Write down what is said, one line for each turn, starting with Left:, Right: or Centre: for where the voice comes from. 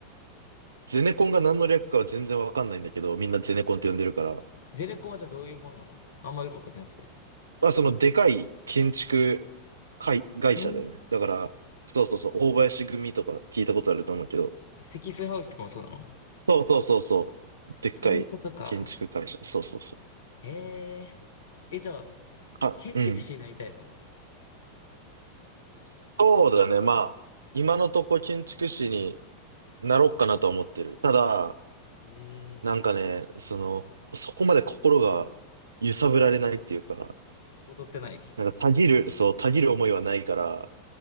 Right: ゼネコンが何の略かは全然わかんないんだけど、みんなゼネコンって呼んでるから。
Left: えゼネコンはじゃあどういうもんなのあんまよくわかってなくて。
Right: まあそのでかい建築会、
Left: そういう、
Right: 会社だよね。だから、そうそうそう、大林組とか聞いたことあると思うけど。
Left: え積水ハウスとかもそうなの
Right: そうそうそうそう。でっかい建築会社。
Left: そういうことか。
Right: そうそうそう。
Left: へえ。え、じゃあ、
Right: あ、
Left: 建築士になりたいの
Right: うん。そうだね。まあ、今のとこ建築士になろうかなとは思ってる。ただ、
Left: へえ。
Right: なんかね、その、そこまで心が揺さぶられないっていうか、
Left: 踊ってない
Right: なんかたぎる、そう、たぎる思いはないから、